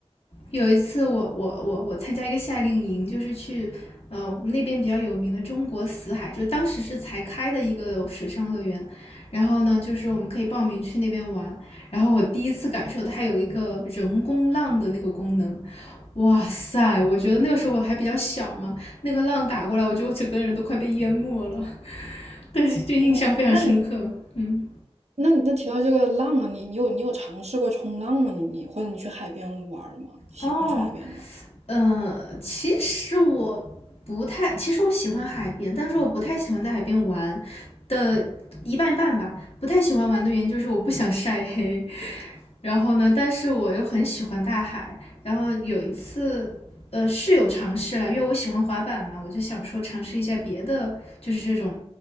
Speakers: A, on the left; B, on the right.
A: 有一次我我我我参加一个夏令营，就是去呃我们那边比较有名的中国死海，就当时是才开的一个水上乐园。然后呢，就是我们可以报名去那边玩。然后我第一次感受它有一个人工浪的那个功能，哇塞！我觉得那个时候我还比较小嘛，那个浪打过来，我觉得我整个人都快被淹没了，<laughs> 但是就印象非常深刻。
B: 哇，那你
A: 嗯，
B: 那你那提到这个浪啊，你你有你有尝试过冲浪吗？你你或者你去海边玩儿吗？喜欢去海边玩儿？
A: 哦，呃，其实我不太，其实我喜欢海边，但是我不太喜欢在海边玩的一半一半吧。不太喜欢玩的原因就是我不想晒黑，然后呢，但是我又很喜欢大海。然后有一次，呃，是有尝试了，因为我喜欢滑板嘛，我就想说尝试一下别的，就是这种、